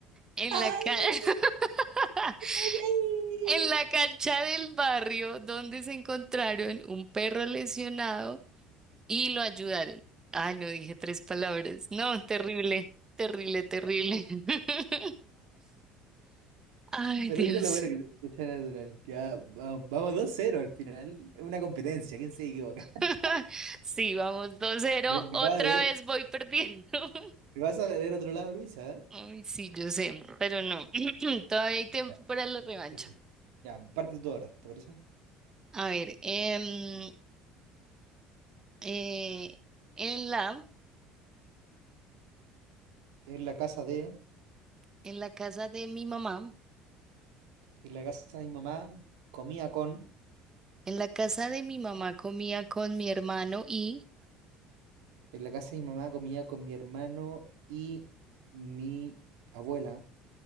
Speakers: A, on the right; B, on the right.
A: En
B: ¡Ay,
A: la cancha. <laughs>
B: ay, ay!
A: En la cancha del barrio donde se encontraron un perro lesionado y lo ayudaron. Ay, no dije tres palabras. No, terrible, terrible, terrible. <laughs> Ay,
B: Pero
A: Dios.
B: eso es lo bueno que que sea natural. Ya, va- vamos dos cero al final. Es una competencia, ¿quién se equivoca? <laughs>
A: <laughs> Sí, vamos, dos cero
B: Me, me
A: Otra
B: vas a ver,
A: vez voy perdiendo. <laughs>
B: me vas a ver otro lado, Luisa. ¿eh?
A: Ay, sí, yo sé, pero no. <clears throat> Todavía hay tiempo
B: Ya,
A: para la revancha.
B: ahí te- ya, parte tú ahora, ¿te parece?
A: A ver, em, eh, en la,
B: En la casa de,
A: en la casa de mi mamá,
B: en la casa de mi mamá, comía con.
A: en la casa de mi mamá comía con mi hermano y
B: En la casa de mi mamá comía con mi hermano y mi abuela.